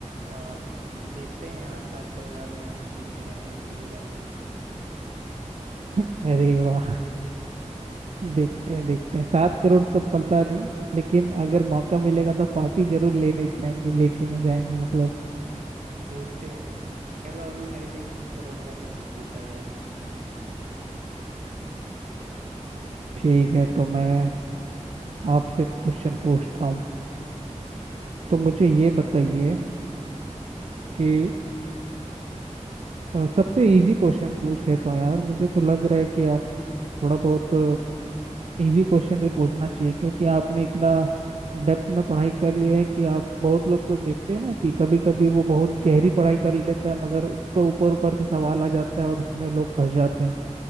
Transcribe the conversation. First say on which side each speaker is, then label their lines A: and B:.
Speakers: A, on the right (about 80°); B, on the right (about 55°).
A: और देखते हैं आज सात करोड़ आप यहाँ से जीत के जाते हैं कि नहीं जाते हैं
B: अरे वाह देखते हैं देखते हैं सात करोड़ तो पता नहीं लेकिन अगर मौका मिलेगा तो पार्टी जरूर लेने जाएंगे लेके जाएंगे मतलब
A: देखते हैं चलो अभी मेरे से इक्कीस करोड़ का क्वेश्चन पूछा जाए
B: ठीक है तो मैं आपसे क्वेश्चन पूछता हूँ तो मुझे ये बताइए कि अ, सबसे इजी क्वेश्चन पूछ लेता हूँ यार मुझे तो लग रहा है कि आप थोड़ा बहुत इजी क्वेश्चन भी पूछना चाहिए क्योंकि आपने इतना डेप्थ में पढ़ाई कर लिया है कि आप बहुत लोग को देखते हैं ना कि कभी कभी वो बहुत गहरी पढ़ाई कर लेते हैं मगर उसका ऊपर ऊपर से सवाल आ जाता है और उसमें लोग फंस जाते हैं